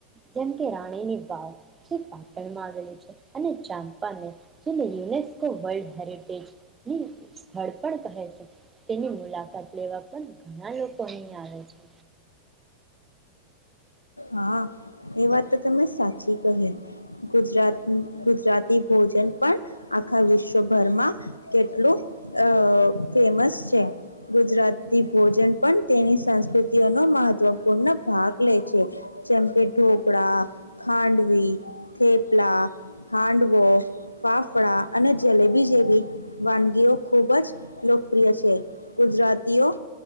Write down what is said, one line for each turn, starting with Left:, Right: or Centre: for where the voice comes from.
Right: જેમ કે રાણીની વાવ જે પાટણમાં આવેલી છે, અને ચાંપાને જેને યુનેસ્કો વર્લ્ડ હેરિટેજની સ્થળ પણ કહે છે, તેની મુલાકાત લેવા પણ ઘણા લોકો અહીં આવે છે.
Left: હા, એ વાત તો તમે સાચી કહી, ગુજરાત ગુજરાતી ભોજન પણ આખા વિશ્વભરમાં કેટલું અ ફેમસ છે, ગુજરાતી ભોજન પણ તેની સંસ્કૃતિઓનો મહત્વપૂર્ણ ભાગ લે છે. જેમકે ઢોકળા, ખાંડવી, થેપલા, હાંડવો, ફાફડા અને જલેબી જેવી વાનગીઓ ખૂબ જ લોકપ્રિય છે, ગુજરાતીઓ